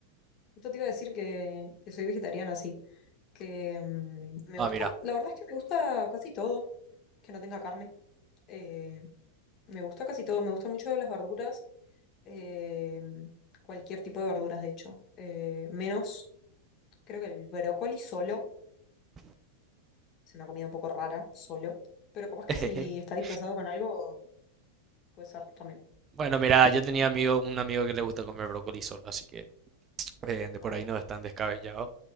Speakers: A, on the left; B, on the right.
A: Justo te iba a decir que, que soy vegetariana, sí. Que mm, me
B: Ah,
A: gusta,
B: mira.
A: la verdad es que me gusta casi todo, que no tenga carne. Eh, me gusta casi todo, me gustan mucho las verduras, eh, cualquier tipo de verduras, de hecho. Eh, menos Creo que el brócoli solo es una comida un poco rara, solo. Pero capaz que
B: <laughs>
A: si está disfrazado con algo, puede ser también.
B: Bueno, mira, yo tenía amigo, un amigo que le gusta comer brócoli solo, así que eh, de
A: Ah,
B: por
A: bueno.
B: ahí no es tan descabellado.